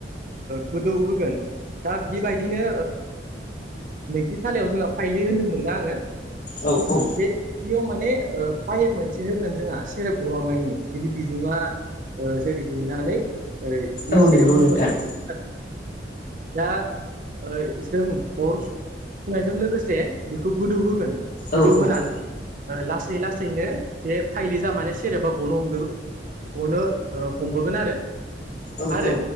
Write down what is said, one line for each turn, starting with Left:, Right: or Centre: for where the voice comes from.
Right: गोदौ होगोन दा बेबायदिनो नोंथि थालायाव जोंहा फाइलि होनदोंमोनना आङो
Left: औ औ
Right: बे बेयाव माने पाइप मोनसे होगोन जोंहा सेरेब गलांनायनि बिनि बिदुङा जेरै दुंनानै ओइ बे
Left: औ
Right: सेरेब
Left: नंगौ
Right: महरै
Left: नोंथां
Right: <unintelligible> दा ओइ जों अर सुनायजों लोगोसे बेखौ गोदौ होगोन गोदौहोनानै
Left: औ औ
Right: लासै लासैनो बे फाइलि जा माने सेरबा गनो हमदो गनो हमबोगोन आरो
Left: औ
Right: आरो
Left: औ